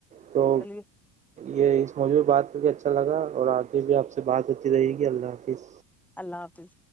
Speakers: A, on the right; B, in the centre.
A: تو
B: چلیے
A: یہ اس مجے بھی بات کر کے اچھا لگا اور آگے بھی آپ سے بات ہوتی رہے گی اللہ حافظ
B: اللہ حافظ